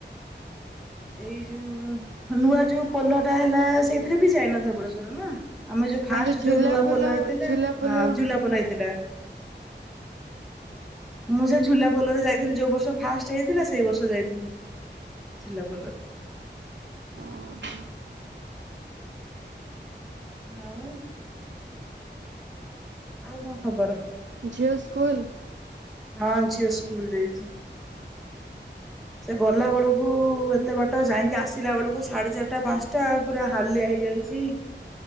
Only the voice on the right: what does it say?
ନା
ଝୁଲା
ଝୁଲା ପୋଲ
ଅ ହଁ।
ଝିଅ ସ୍କୁଲ